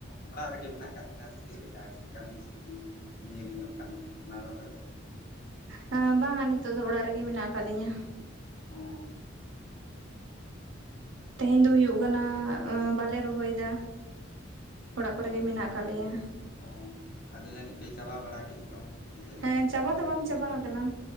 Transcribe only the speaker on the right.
ᱦᱮᱸ ᱵᱟᱝᱟ ᱱᱤᱛᱳᱜ ᱫᱚ ᱚᱲᱟᱜ ᱨᱮᱜᱮ ᱢᱮᱱᱟᱜ ᱠᱟᱜ ᱞᱤᱧᱟ᱾
ᱛᱮᱦᱮᱸᱧ ᱫᱚ ᱦᱩᱭᱩᱜ ᱠᱟᱱᱟ ᱵᱟᱞᱮ ᱨᱚᱦᱚᱭᱮᱫᱟ᱾ ᱚᱲᱟᱜ ᱠᱚᱨᱮ
ᱜᱮ ᱢᱮᱱᱟᱜ
ᱠᱟᱜ ᱞᱮᱭᱟ᱾
ᱦᱮᱸ ᱪᱟᱵᱟ ᱫᱚ ᱵᱟᱝ ᱪᱟᱵᱟ ᱟᱠᱟᱱᱟ᱾